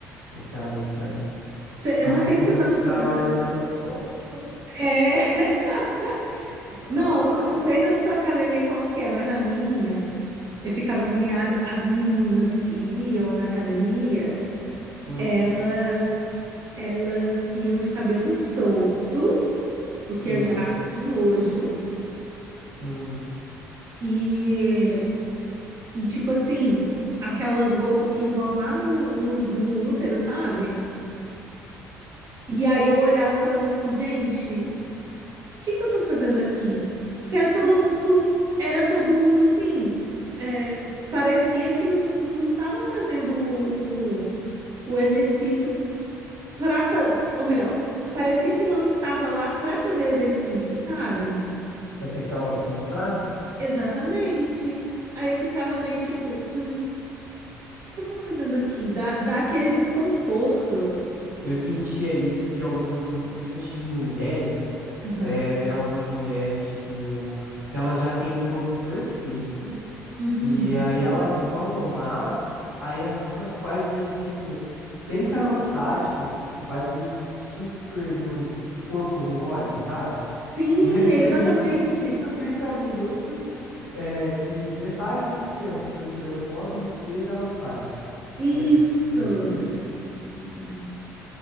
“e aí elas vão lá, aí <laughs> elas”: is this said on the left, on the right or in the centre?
Right